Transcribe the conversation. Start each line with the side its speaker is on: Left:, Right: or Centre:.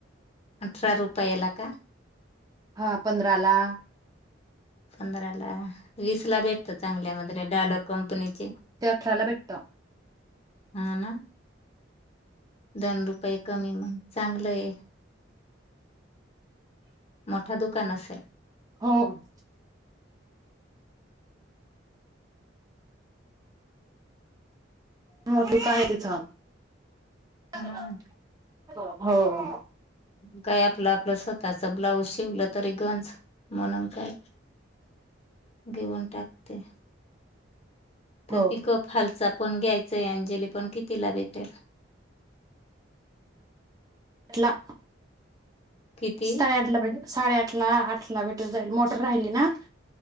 Left: अठरा रुपयाला का?
Right: हां पंधरा ला.
Left: पंधराला विसला भेटत चांगल्या मधल्या डॉलर कंपनीचे
Right: ते अठराला भेटत
Left: हा ना. दोन रुपये कमी मग चांगलंय. मोठा दुकान असेल,
Right: हो हो. मोठू काय आहे तिथं? <inaudible>
Left: हा
Right: हो हो.
Left: काय आपलं आपलं स्वतःच ब्लाऊज शिवलं तरी, गंज म्हणून काय घेऊन टाकते?
Right: हो
Left: तर ती <unintelligible> हालचाल पण घ्याय. सई अंजली पण कितीला भेटल?
Right: अला.
Left: किती
Right: साडे आठला भेटतात. साडे आठ ला आठ ला भेटून जाईल मोटर राहिली ना.